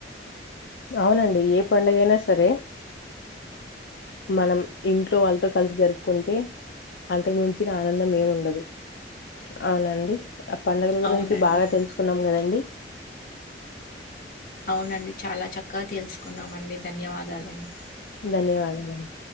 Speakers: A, on the left; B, on the left.
A: అవునండి ఏ పండుగ అయినా సరే మనం ఇంట్లో వాళ్ళతో కలిసి జరుపుకుంటే అంతకు మించిన ఆనందం ఏమి ఉండదు అవునండి. ఆ పండుగల గురించి
B: అవునండి
A: బాగా తెలుసుకున్నాం కదండి
B: అవునండి చాలా చక్కగా తెలుసుకున్నామ అండి ధన్యవాదాలండి
A: ధన్యవాదాలండి